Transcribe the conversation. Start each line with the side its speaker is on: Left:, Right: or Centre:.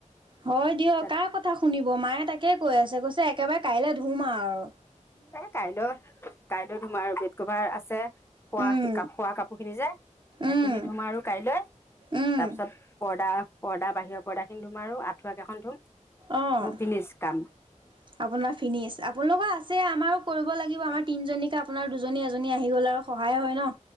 Right: হয় দিয়
Left: ৰাতি
Right: কাৰ কথা শুনিব মায়ে, তাকে কৈ আছে কৈছে একেবাৰে কাইলৈ ধুম আৰু আৰু
Left: এ কাইলৈ কাইলৈ ধোম আৰু বেড কভাৰ আছে খোৱা
Right: উম
Left: খোৱা কাপোৰ খিনি যে সেইখিনি
Right: উম
Left: ধুম আৰু কাইলৈ
Right: উম
Left: তাৰ পিছত পৰ্দা পৰ্দা বাহিৰৰ পৰ্দাখিন ধুম আৰু আঠুৱােকেখন ধুম
Right: অ আপোনাৰ
Left: মোৰ ফিনিচ কাম
Right: ফিনিজ আপোনালোকৰ আছে আমাৰো কৰিব লাগিব আমাৰ তিনজনীকে আপোনাৰ দুজনী এজনী আহি গ'ল আৰু সহায় হয় ন